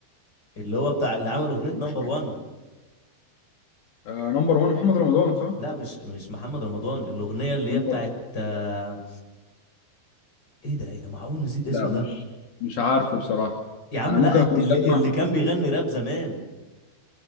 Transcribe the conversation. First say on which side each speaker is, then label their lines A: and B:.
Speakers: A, on the left; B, on the left.
A: اللي هو بتاع اللي عمل اغنيه
B: مش
A: نمبر
B: عارف
A: 1
B: آه نمبر 1 محمد رمضان صح؟
A: لا مش مش محمد رمضان الاغنيه اللي
B: نمبر
A: هي بتاعت آه، ايه ده ايه ده معقول نسيت اسمه
B: لا مش
A: ده
B: مش عارفه بصراحة
A: يا عم
B: أنا
A: لا
B: ممكن أكون
A: اللي
B: مجمع
A: اللي كان بيغني راب زمان